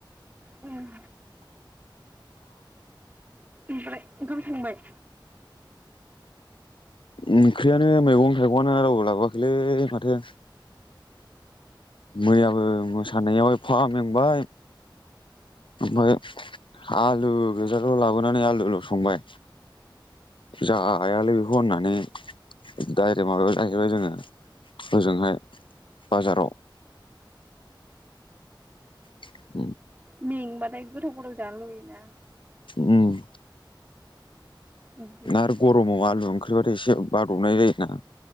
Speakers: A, on the right; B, on the left.
A: ओम ओमफ्राय ओंखाम संबाय।
B: ओंख्रियानो मैगं थाइगंआनो रावबो लाबोखैलै माथो। मैयाबो मोसानायाव एफामेंबाय ओमफाय आलु गोजाल' लाबोनानै आलुल' संबाय जायालै बेखौ होननानै डायरे माबायाव जाहैबाय जोङो ओजोंहाय बाजाराव। <inaudible>
A: में बाथाय। गोथाव गोथाव जानो लुगोयोना।
B: उम।
A: बिदिनो
B: आरो गरमाव आलु ओंख्रि। फेबाथाय एसे बादबनाय जायोना।